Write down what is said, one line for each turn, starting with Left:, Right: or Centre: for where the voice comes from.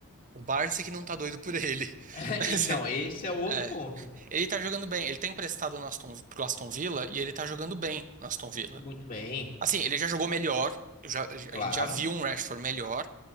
Right: O Barça é que não tá doido por ele. <laughs>
Left: <laughs>
Right: Mas,
Left: então, esse é o outro
Right: é,
Left: ponto.
Right: ele tá jogando bem. Ele tá emprestado no Aston, pro Aston Villa e ele tá jogando bem no Aston Villa.
Left: Muito bem,
Right: Assim, ele já jogou melhor. eu já-
Left: claro.
Right: a gente já viu um Rashford melhor,